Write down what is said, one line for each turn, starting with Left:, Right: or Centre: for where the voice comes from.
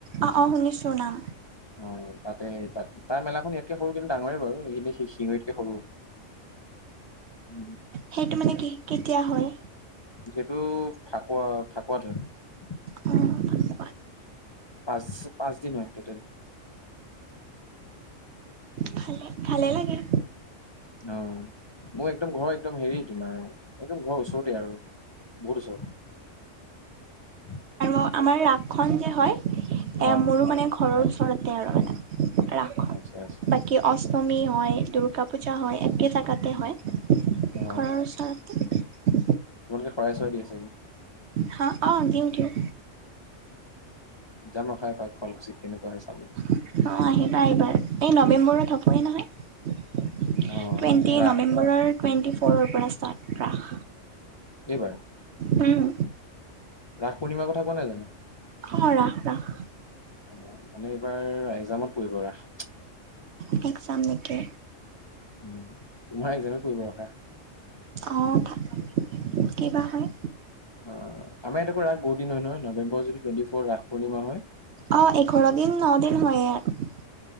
Right: অ' অ', শুনিছোঁ নাম।
Left: অ', তাতে তা- তাৰ মেলাখন ইয়াতকে সৰু কিন্তু ডাঙৰেই বাৰু হেয়ি ইনে শি- শিঙঁৰিতকে সৰু। উম।
Right: সেইটো মানে কি, কেতিয়া হয়?
Left: সেইটো ফাঁকুৱা ফাঁকুৱাত হয়।
Right: অ',
Left: পাঁচ পাঁচ দিন হয় টোটেল।
Right: ভালে ভালে লাগে।
Left: অ', মোৰ একদম ঘৰ একদম হেৰি তোমাৰ, একদম ঘৰ ওচৰতে আৰু। বহুত ওচৰত।
Right: অ' আমাৰ ৰাসখন যে হয় এ'
Left: অ
Right: মোৰোঁ মানে ঘৰৰ ওচৰতে আৰু মানে ৰাসখন।
Left: আচ্ছা আচ্ছা
Right: বাকী অচ টমী হয়, দুৰ্গা পূজা হয় একে জেগাতে
Left: উম,
Right: হয়,
Left: অ
Right: ঘৰৰ ওচৰতে।
Left: তোমালোকে শঁৰাই চৰাই দিয়া চাগে?
Right: হ অ' দিওঁ দিওঁ।
Left: যাম খাই পাই খুৱোৱাকুচিত কেনেকুৱা হয় চাবলৈ।
Right: অ' আহিবা আহিবাৰ এই নৱেম্বৰত হ'বই নহয়। টুৱেণ্টি
Left: অ ৰাস
Right: নৱেম্বৰৰ টুৱেণ্টি ফ'ৰৰ পৰা ষ্টাৰ্ ৰাস।
Left: এইবাৰে?
Right: উম।
Left: ৰাস পূৰ্ণিমাৰ কথা কোৱা নাই জানো?
Right: অঁ', ৰাখ ৰাখ।
Left: অ' মানে এইবাৰ এ্জামত পৰিব ৰাস।
Right: একগ্জামলৈকে।
Left: উম, তোমাৰ এক্জামে পৰি ৰখা।
Right: অ' তাত কিবা হয়।
Left: অ', আমাৰ ইয়াতেকৌ ৰাস বহুিন হয় নহয় নৱেম্বৰ যদি টুৱেণ্টি ফৰ ৰাস পূৰ্ণিা হয়।
Right: অ' এঘৰ দিন ন দিন হয় ইয়াত।